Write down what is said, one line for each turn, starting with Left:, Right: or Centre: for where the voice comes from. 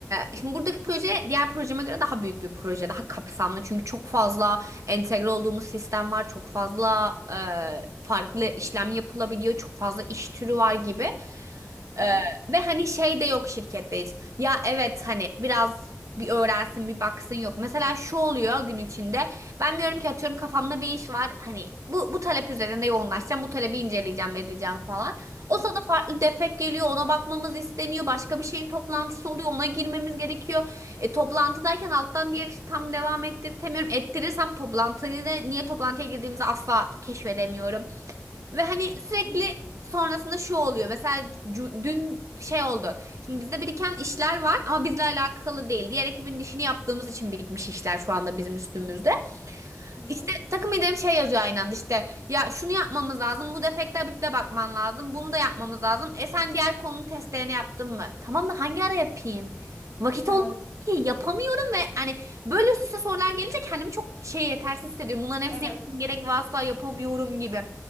Right: Ee, şimdi buradaki proje diğer projeme göre daha büyük bir proje, daha kapsamlı. Çünkü çok fazla entegre olduğumuz sistem var, çok fazla e, farklı işlem yapılabiliyor, çok fazla iş türü var gibi. Ee,
Left: Hı hı.
Right: ve hani şey de yok şirkette hiç. Ya evet hani biraz bir öğrensin bir baksın yok. Mesela şu oluyor gün içinde. Ben diyorum ki atıyorum kafamda bir iş var. Hani bu, bu talep üzerinde yoğunlaşacağım. Bu talebi inceleyeceğim edeceğim falan. O
Left: Hı hı.
Right: sırada farklı defek geliyor. Ona bakmamız isteniyor. Başka bir şeyin toplantısı oluyor. Ona girmemiz gerekiyor. E, toplantıdayken alttan diğer işi tam devam ettirtemiyorum. Ettirirsem toplantıyı da niye toplantıya girdiğimizi asla keşfedemiyorum. Ve hani sürekli
Left: Hı hı.
Right: sonrasında şu oluyor. Mesela cu- dün şey oldu. Şimdi bizde biriken işler var ama bizle alakalı değil. Diğer ekibin işini yaptığımız için birikmiş işler şu anda bizim üstümüzde.
Left: Hı hı.
Right: İşte takım liderim şey yazıyor aynı anda işte ya şunu yapmamız lazım bu defekte Habib'le bakman lazım bunu da yapmamız lazım. E sen diğer konunun testlerini yaptın mı? Tamam da hangi ara yapayım? Vakit
Left: Evet.
Right: olmuyor, ki yapamıyorum ve hani böyle üst üste sorular gelince kendimi çok şey yetersiz hissediyorum. Bunların hepsini
Left: Evet.
Right: yapmam gerek ve asla yapamıyorum gibi.